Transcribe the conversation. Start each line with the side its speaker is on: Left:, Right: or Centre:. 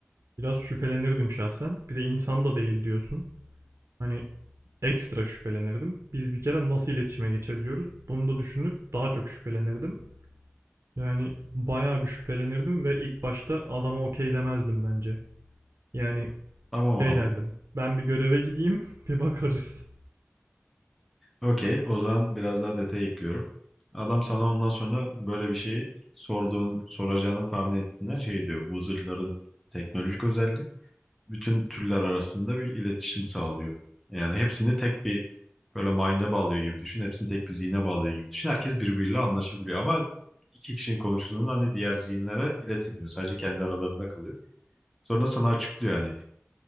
Right: Biraz şüphelenirdim şahsen. Bir de insan da değil diyorsun. Hani ekstra şüphelenirdim. Biz bir kere nasıl iletişime geçebiliyoruz? Bunu da düşünür daha çok şüphelenirdim. Yani bayağı bir şüphelenirdim ve ilk başta adama okey demezdim bence. Yani
Centre: Tamam
Right: şey
Centre: abi.
Right: derdim. Ben bir göreve gideyim <laughs> bir bakarız.
Centre: Okey. O zaman biraz daha detay ekliyorum. Adam sana ondan sonra böyle bir şey sorduğun, soracağını tahmin ettiğinden şey diyor. Bu zırhların teknolojik özelliği bütün türler arasında bir iletişim sağlıyor. Yani hepsini tek bir böyle mind'e bağlıyor gibi düşün. Hepsini tek bir zihne bağlıyor gibi düşün. Herkes birbiriyle anlaşabiliyor ama iki kişinin konuştuğunu hani diğer zihinlere iletilmiyor. Sadece kendi aralarında kalıyor. Sonra sana açıklıyor yani.